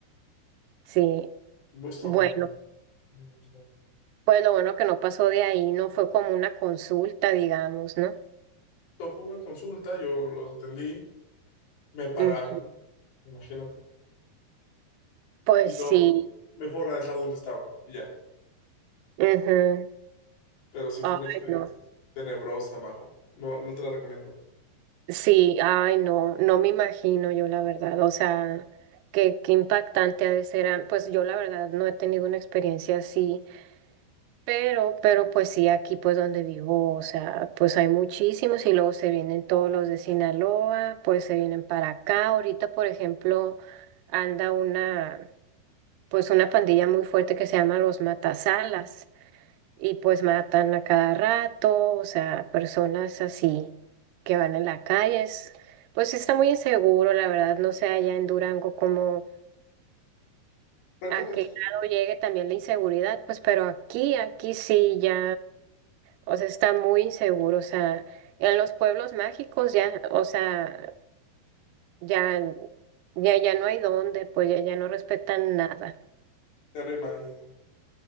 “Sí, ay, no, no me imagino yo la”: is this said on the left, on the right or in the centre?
Right